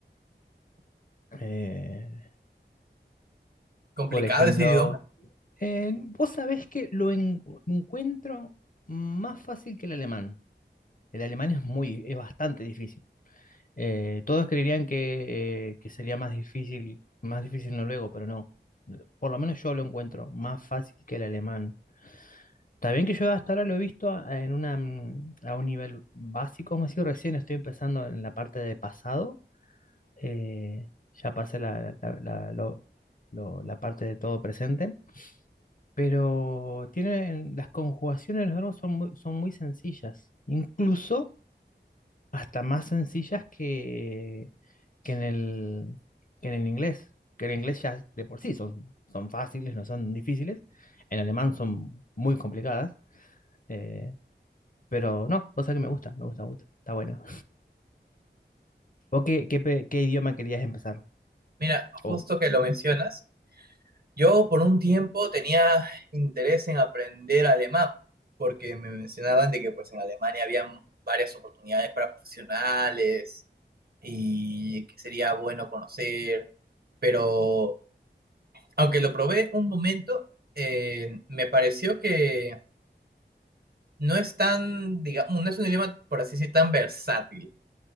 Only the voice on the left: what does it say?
eh,
por ejemplo,
en- vos sabés que lo en- encuentro más fácil que el alemán. El alemán es muy, es bastante difícil. Eh, todos creerían que, eh, que sería más difícil, más difícil noruego, pero no. Por lo menos yo lo encuentro más fácil que el alemán. Está bien que yo hasta ahora lo he visto a- en una, mm, a un nivel básico, como si recién estoy empezando en la parte de pasado eh, ya pasé la, la- la- lo- lo- la parte de todo presente, pero tienen, las conjugaciones de los verbos son muy, son muy sencillas, incluso hasta más sencillas que, que en el, que en el inglés, que en el inglés ya de por sí son, son fáciles, no son difíciles, en alemán son muy complicadas, eh, pero no, cosa que me gusta, me gusta, me gusta, está bueno. ¿Vos qué, qué pe- qué idioma querías empezar?
O